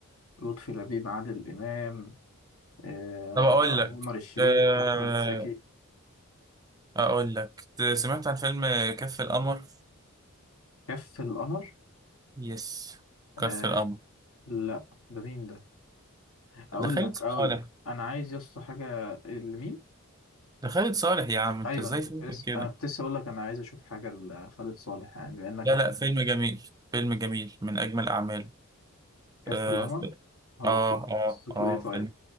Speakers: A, on the left; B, on the right.
A: لطفي لبيب عادل إمام آه
B: طب اقول لك
A: عمر الشريف
B: آه،
A: أحمد زكي
B: اقول لك سمعت عن فيلم كف القمر
A: كف القمر
B: يس
A: آه
B: كف القمر
A: لا ده مين ده أقول
B: دخلت
A: لك أقول
B: صالح
A: لك أنا عايز يا اسطى حاجة لمين
B: ده خالد صالح يا عم انت
A: أيوه
B: ازاي
A: أنا كنت
B: فوتك
A: لسه
B: كده
A: أنا كنت لسه أقول لك أنا عايز أشوف حاجة لخالد صالح يعني بما إنك
B: لا
A: عم
B: لا فيلم جميل فيلم جميل من اجمل اعماله
A: كف
B: اه
A: القمر
B: ف-
A: هبقى
B: اه اه
A: قصته
B: آه،
A: إيه طيب
B: فيلم